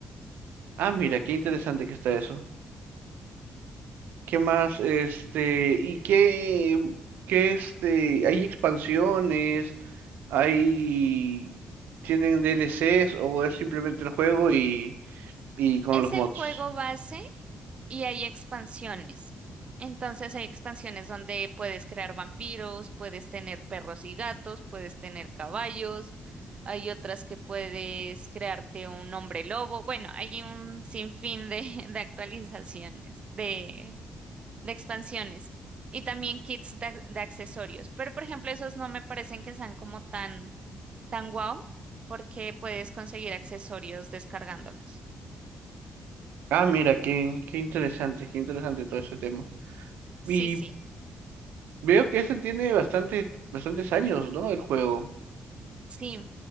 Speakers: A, on the right; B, on the right.
A: Ah, mira, qué interesante que está eso. ¿Qué más? Este, ¿y qué, qué este, hay expansiones? Hay tienen DLCs o es simplemente el juego y, y con
B: Es
A: los
B: el
A: mods.
B: juego base y hay expansiones. Entonces hay expansiones donde puedes crear vampiros, puedes tener perros y gatos, puedes tener caballos, hay otras que puedes crearte un hombre lobo. Bueno, hay un sinfín de, <laughs> de actualizaciones, de, de expansiones y también kits de, de accesorios. Pero, por ejemplo, esos no me parecen que sean como tan, tan guau, porque puedes conseguir accesorios descargándolos.
A: Ah, mira, qué, qué interesante, qué interesante todo ese tema.
B: Sí,
A: Y
B: sí,
A: veo que ese tiene bastante, bastantes años, ¿no? El juego.
B: sí.